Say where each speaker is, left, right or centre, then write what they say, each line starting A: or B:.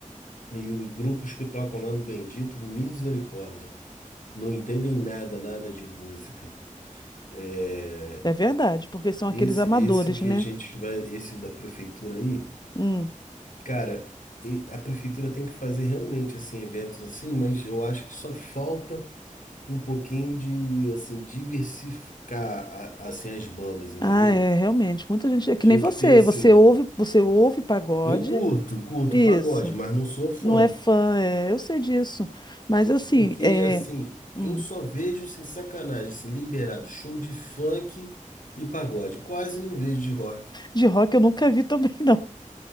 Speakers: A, on the left; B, on the left.
A: e os grupos que tocam lá no bendito, misericórdia, não entendem nada, nada de música. É,
B: É verdade,
A: e-
B: porque são
A: esse,
B: aqueles amadores,
A: esse que
B: né?
A: a gente vai, esse da prefeitura aí.
B: Hum.
A: Cara, e a prefeitura tem que fazer realmente assim eventos assim, mas eu acho que só falta um pouquinho de assim diversificar a- assim as bandas, entendeu?
B: Ah, é, realmente. Muita gente. É que
A: Tinha
B: nem você.
A: que ter assim.
B: Você ouve, você ouve pagode.
A: Eu curto, curto
B: Isso.
A: pagode, mas não sou fã,
B: Não é fã, é, eu sei disso. Mas assim,
A: porque
B: é,
A: assim,
B: hum,
A: eu só vejo sem sacanagem, assim, liberado show de funk e pagode, quase não vejo de rock.
B: de rock eu nunca vi também, não.